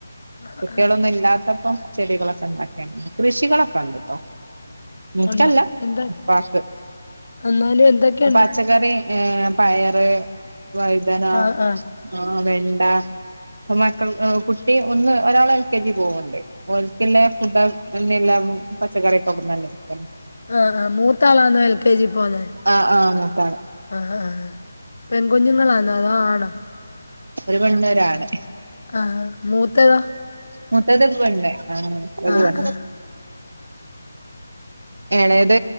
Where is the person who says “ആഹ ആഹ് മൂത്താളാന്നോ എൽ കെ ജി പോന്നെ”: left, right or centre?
Left